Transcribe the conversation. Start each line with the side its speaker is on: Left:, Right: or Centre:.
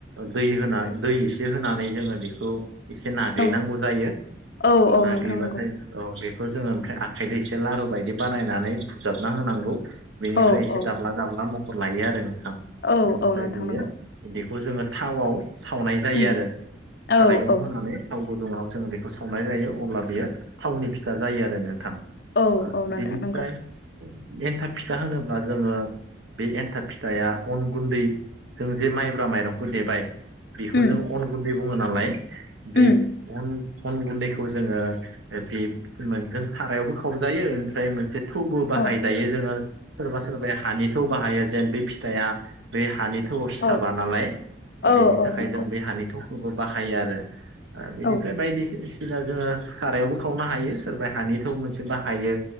Right: दै होना दै एसे होनानै जोंङो बेखौ एसे नाग्लिनांगौ
Left: औ
Right: जायो
Left: औ औ
Right: नाग्लिबाथाय
Left: नोंथां नंगौ
Right: बेखौ जोंङो ओमफ्राय आखाइ दैसे लारु बायदि बानायनानै बुजाबना होनांगौ। बेनिफ्राय
Left: औ
Right: एसे
Left: औ
Right: दाब्ला दाब्ला महर लायो आरो नोंथां
Left: औ
Right: बेनिफ्राय
Left: औ नोंथां
Right: बेयो
Left: नंगौ
Right: बेखौ जोंङो थावाव सावनाय जायो
Left: उम
Right: आरो
Left: औ
Right: सारायखौ
Left: औ
Right: होनानै थाव गुदुङाव जोंङो बेखौ संनाय जायो अब्ला बियो थावनि फिथा जायो आरो नोंथां।
Left: औ
Right: ओ
Left: औ नोंथां
Right: बेनिफ्राय
Left: नंगौ
Right: एन्थाब फिथा होनोब्ला जोंङो बे एन्थाब फिथाइा अन गुन्दै जों जे माइब्रा माइरंखौ देबाय बेखौ
Left: उम
Right: जों अन गुन्दै बुङो नालाय
Left: उम
Right: बे अन अन गुन्दैखौ जोंङो बे नोंजों सारायावबो खावजायो ओमफ्राय मोनसे थौबो बाहायजायो
Left: औ
Right: जोंङो सोरबा सोरबाया हानि थौ बाहायो जेन बै फिथाइआ बे हानि थौआव सिथाबा
Left: औ
Right: नालाय
Left: औ
Right: बेनि थाखाय
Left: औ नंगौ
Right: जों बे हानि थौखौबो बाहायो आरो ओ बेनिफ्राय
Left: औ
Right: बायदिसो जोंङो सारायावबो खावनो हायो सोरबा हानिथौ मोनसे बाहायो।